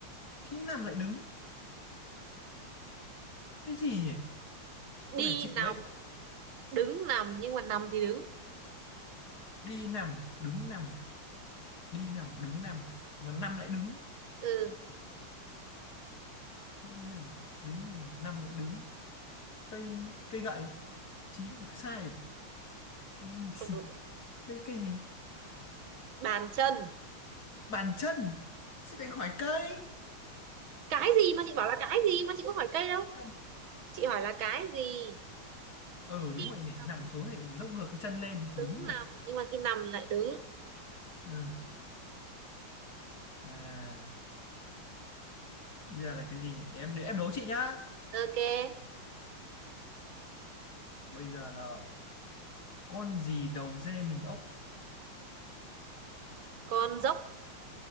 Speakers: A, on the left; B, on the right.
A: khi nằm lại đứng cái gì nhỉ
B: đi
A: con này chịu
B: nằm
A: đấy
B: đứng nằm nhưng mà nằm thì đứng
A: đi nằm đứng nằm đi nằm đứng nằm mà nằm lại đứng
B: ừ
A: đi nằm đứng nằm nằm lại đứng cây cây gậy chị sai <laughs>
B: không đúng
A: cây cây gì
B: bàn chân
A: bàn chân sẽ lại khỏi cây
B: cái gì mà chị bảo là cái gì mà chị có hỏi cây đâu
A: chân
B: chị hỏi là cái gì
A: ừ đúng
B: đi
A: rồi nhỉ
B: nằm
A: nằm xuống này dốc ngược cái chân lên thì
B: đứng
A: đúng nhỉ
B: nằm nhưng mà khi nằm lại đứng
A: ừ. à bây giờ là cái gì nhỉ để em để em đố chị nhá
B: ok
A: bây giờ là con gì đầu dê mình ốc
B: con dốc